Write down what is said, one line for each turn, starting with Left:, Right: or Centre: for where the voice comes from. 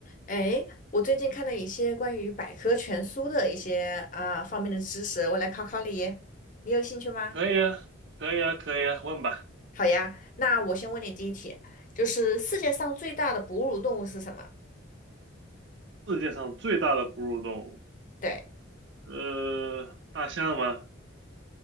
Left: 哎，我最近看了一些关于百科全书的一些啊、方面的知识，我来考考你，你有兴趣吗？
Right: 可以啊，可以啊，可以啊，问吧。
Left: 好呀，那我先问你第一题，就是世界上最大的哺乳动物是什么？
Right: 世界上最大的哺乳动物，
Left: 对，
Right: 呃，大象吗？